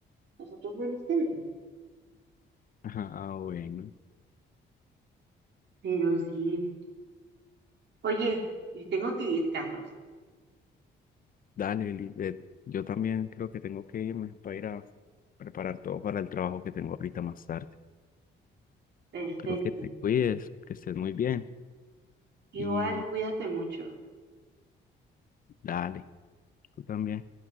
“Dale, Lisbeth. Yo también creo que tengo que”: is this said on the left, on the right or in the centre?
Left